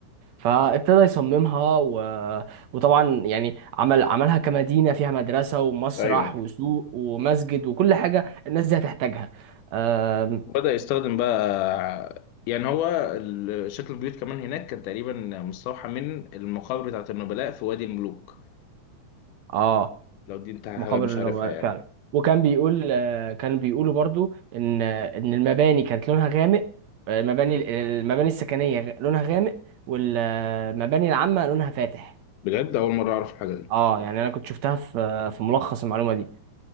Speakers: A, on the right; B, on the left.
A: فابتدى يصممها و... وطبعا يعني عمل عملها كمدينة فيها مدرسة ومسرح
B: ايوه
A: وسوق ومسجد وكل حاجة الناس دي هتحتاجها آم،
B: بدأ يستخدم بقى يعني هو ال- شكل البيوت كمان هناك كان تقريبا مستوحى من المقابر بتاعت النبلاء في وادي الملوك
A: اه
B: لو دي انت حاجة
A: مقابر
B: مش
A: النبلاء
B: عارفها يعني
A: فعلا وكان بيقول آه، كان بيقولوا برضو ان ان المباني كانت لونها غامق آه، المباني المباني السكنية غ- لونها غامق والمباني العامة لونها فاتح
B: بجد أول مرة أعرف الحاجة دي
A: اه يعني انا كنت شفتها في في ملخص المعلومة دي